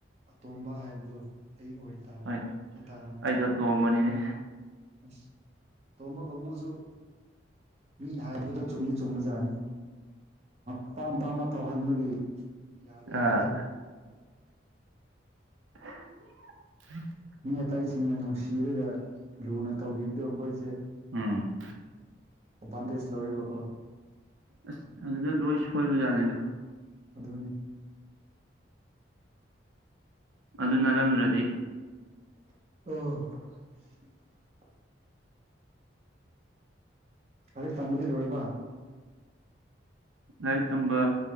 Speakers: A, on the right (about 35°); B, on the right (about 85°).
A: ꯑꯇꯣꯝꯕ ꯍꯥꯏꯕꯗꯣ ꯑꯩ ꯑꯣꯏ ꯇꯥꯔꯦ
B: ꯍꯣꯏ
A: ꯑꯩ ꯇꯥꯔꯝꯃꯤ
B: ꯑꯩꯁꯨ ꯑꯇꯣꯝꯕꯅꯤꯅꯦ
A: ꯑꯁ ꯇꯣꯝꯕ ꯀꯥꯡꯕꯨꯁꯨꯨ ꯃꯤꯅ ꯍꯥꯏꯕꯗꯣ ꯆꯨꯝꯗꯤ ꯆꯨꯝꯕꯖꯥꯠꯅꯤ ꯑꯄꯥꯝ ꯑꯄꯥꯥꯝꯕ ꯇꯧꯍꯟꯕꯒꯤ ꯌꯥꯗꯦ
B: ꯑꯥ
A: ꯍꯥꯏ
B: <unintelligible>
A: ꯑꯇꯩꯁꯤꯡꯅ ꯅꯨꯡꯁꯤꯔꯒ ꯂꯨꯅ ꯇꯧꯕꯤꯕꯗꯣ ꯑꯈꯣꯏꯁꯦ
B: ꯎꯝ
A: ꯑꯦꯗꯚꯥꯟꯇꯦꯁ ꯂꯧꯔꯤꯕ ꯀꯣ
B: ꯑꯁ ꯑꯗꯨꯗ ꯂꯣꯏ ꯁꯣꯏꯕꯖꯥꯠꯅꯤꯗ
A: ꯑꯗꯨꯅꯤ
B: ꯑꯗꯨ ꯅꯠꯂꯝꯗ꯭ꯔꯗꯤ
A: ꯑ ꯂꯥꯏꯔꯤꯛ ꯇꯝꯕꯗꯤ ꯂꯣꯏꯔꯕ
B: ꯂꯥꯏꯔꯤꯛ ꯇꯝꯕ